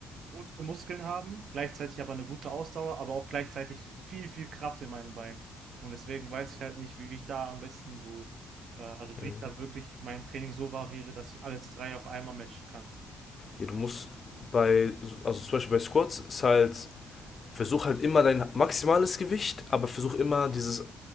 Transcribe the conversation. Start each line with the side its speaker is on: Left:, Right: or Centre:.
Right: gute Muskeln haben, gleichzeitig aber eine gute Ausdauer, aber auch gleichzeitig viel, viel Kraft in meinen Beinen. Und deswegen weiß ich halt nicht, wie ich da am besten so, äh, also
Left: äh,
Right: wie ich da wirklich mein Training so variiere, dass ich alles drei auf einmal matchen kann.
Left: Ja, du musst bei, also zum Beispiel bei Squats ist halt, versuch halt immer dein maximales Gewicht, aber versuch immer dieses